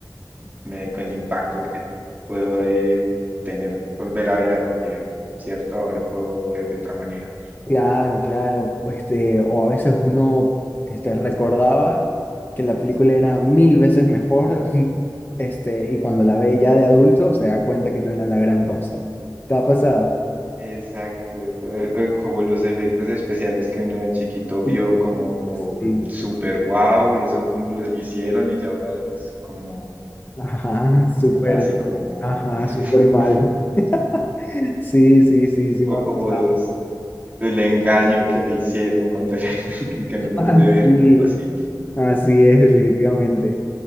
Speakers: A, on the right (about 25°); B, on the left (about 25°).
A: me- con el impacto que puede tener volver a ver algo que, cierto, ahora puedo ver de otra manera.
B: claro, claro. Este, o a veces uno, este, recordaba que la película era mil veces mejor, <laughs> este, y cuando la ve ya de adulto se da cuenta que no era la gran cosa. ¿Te ha pasado?
A: Exacto, eh, eh, como los efectos especiales que uno de chiquito vio
B: Sí,
A: como
B: sí, sí.
A: super guau, eso como lo hicieron y ya ahora lo ves como
B: Ajá, súper,
A: muy básico o,
B: ajá,
A: <laughs>
B: súper mal. <laughs> Sí, sí, sí, sí,
A: o
B: me ha
A: como
B: pasado.
A: s- el engaño que me hicieron cuando era, <laughs> que, que no lo
B: Ah,
A: pude
B: Sí,
A: ver, algo así.
B: así es, definitivamente.